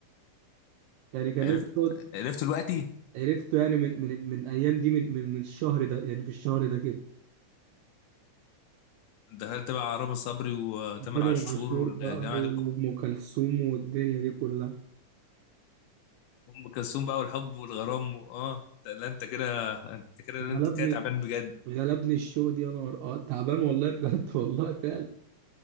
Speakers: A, on the right; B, on the left.
A: يعني كان
B: عرفت
A: الناس بتقعد
B: عرفت دلوقتي
A: عرفته يعني من من من أيام دي من من من الشهر ده يعني في الشهر ده كده
B: دخلت بقى على رامي صبري وتامر
A: تامر
B: عاشور
A: عاشور
B: والجماعة
A: بقى وأم
B: دي
A: كلثوم والدنيا دي كلها
B: ام كلثوم بقى والحب والغرام و... اه لا انت كده انت كده انت
A: غلبني
B: كده تعبان بجد
A: غلبني الشو دي يا نهار اه تعبان والله بجد <laughs> والله فعلا